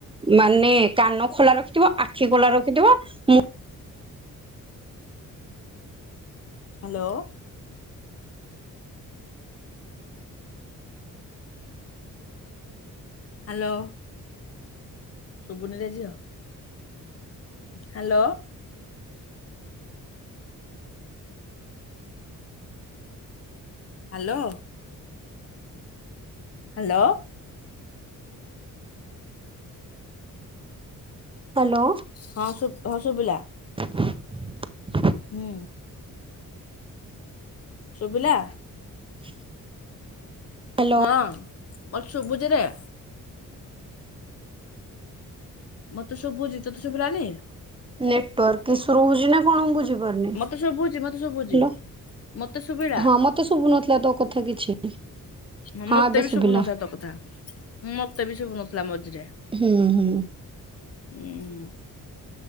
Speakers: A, on the right (about 15°); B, on the left (about 45°).
A: ମାନେ, କାନ ଖୋଲା ରଖିଥିବ ଆଖି ଖୋଲା ରଖିଥିବ ମୁଁ
B: ହ୍ୟାଲୋ। ହାଲୋ। ଶୁବୁନିରେ ଝିଅ, ହାଲୋ। ହାଲୋ। ହାଲୋ।
A: ହାଲୋ।
B: ହଁ ସୁ- ହଁ ଶୁଭିଲା।
A: <unintelligible>
B: ହୁଁ। ଶୁଭିଲା?
A: <inaudible> ହ୍ୟାଲୋ
B: ହଁ ମୋତେ ଶୁଭୁଚିରେ। ମତେ ଶୁଭୁଛି ତତେ ଶୁଭିଲାନି?
A: ନେଟୱାର୍କ ଇସୁ ରହୁଛି ନା କଣ ବୁଝିବ ପାରୁନି,
B: ମତେ ଶୁଭୁଛି ମତେ ଶୁଭୁଛି
A: ହେଲା
B: ମତେ ଶୁଭିଲା
A: ହଁ। ମତେ ଶୁଭୁନଥିଲା ତୋ କଥା କିଛି
B: ହଁ ମତେ
A: ଏବେ
B: ବି
A: ଶୁଭିଲା
B: ଶୁଭୁନଥିଲା ତୋ କଥା, ମତେ ବି ସୁବୁନଥିଲା ମଝିରେ
A: ହୁଁ, ହୁଁ।
B: ହୁଁ।